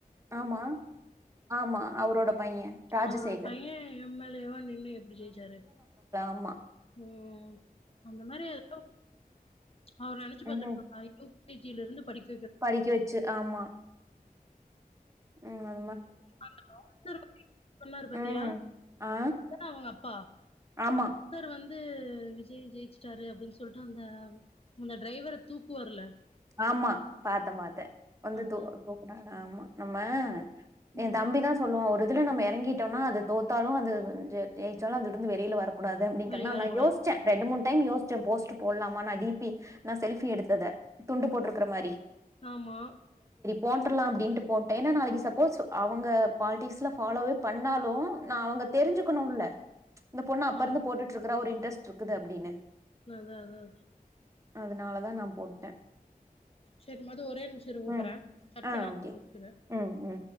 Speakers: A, on the right; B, on the left.
A: ஆமா ஆமா அவரோட பையன் ராஜசேகர்.
B: அவரோட பையே எம் எல் ஏ வா நின்னு எப்டி ஜெயிச்சாரு
A: மா
B: ஓ அந்த மாரி <inaudible> அவரு நெனச்சு பாத்திருப்பாரா
A: ம்.
B: <inaudible> கே ஜி யிலிருந்து படிக்
A: படிக்க வச்சு ஆமா ம் அ
B: <inaudible> சொன்னாரு பாத்தியா
A: ம்.
B: <inaudible>
A: ஆ.
B: அவங்கப்பா
A: ஆமா,
B: <inaudible> வந்து விஜய் ஜெயிச்சுட்டாரு அப்டின் சொல்ட்டு அந்த அந்த ட்ரைவர தூக்குவாருல்ல
A: ஆமா பாத்த பாத்தே வந்து
B: அந்த
A: தூ தூக்குனாரு ஆமா நம்ம ஏ
B: ம்
A: தம்பி தா சொல்லுவா ஒரு இதுல நம்ம இறங்கிட்டோம்னா அது தோத்தாலு அது ஜெ ஜெயிச்சாலு அதுலருந்து வெளில வர கூடாது அடிங்கற
B: வெளிய வரக்கூடாது
A: நா யோஷ்ச்சே ரெண்டு மூனு டைம் யோஷ்ச்சே போஸ்ட் போடலாமா நா டிபி நா செல்ஃபி எடுத்தத துண்டு போட்ருக்ற மாரி
B: ஆம்மா
A: போட்றல்லா அப்டின்ட்டு போட்டே ஏனா நாளக்கு சப்போஸ் அவங்க பால்ட்டிஸ்ல ஃபாலோவே பண்ணாலு நா அவங்க தெரிஞ்சுக்கணுல்ல இந்த பொண்ணு அப்பருந்து
B: ஆ
A: போட்டுடுருக்கறா ஒரு ன்ரஸ்ட் இருக்குது அப்டின்னு
B: அதான் அதான்
A: அதனாலதா நா போட்டே
B: சரி மது ஒரே நிம்ஷோ இரு கூப்ற்றே
A: ம்.
B: கட் பண்ண
A: ஆ
B: <unintelligible> ஒரு
A: ஓகே.
B: நிமிசம் இரு
A: ம், ம்.